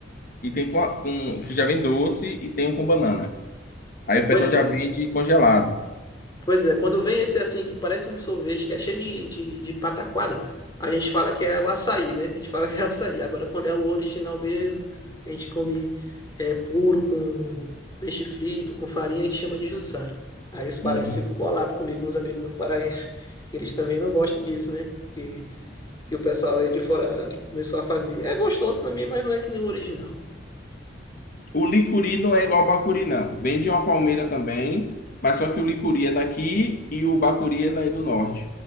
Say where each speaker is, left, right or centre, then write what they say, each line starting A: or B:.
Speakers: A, on the left; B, on the left.
A: e tem com, a- com- que já vem doce e tem um com banana. Aí o
B: pois
A: pessoal já
B: é.
A: vende congelado.
B: Pois é, quando vem esse assim, que parece um sorvete, que é cheio de, de, de pataquada, a gente fala que é o açaí, né? A gente fala que é açaí. Agora, quando é o original mesmo, que a gente come é, puro com peixe frito, com farinha, a gente chama de jussara. Aí os paraenses
A: Uhum.
B: ficam bolados comigo, uns amigos meus paraenses, que eles também não gostam disso, né? Que que o pessoal aí de fora começou a fazer. É gostoso também, mas não é que nem o original.
A: O licuri não é igual ao bacuri, não. Vende uma palmeira também, mas só que o licuri é daqui e o bacuri é daí do norte.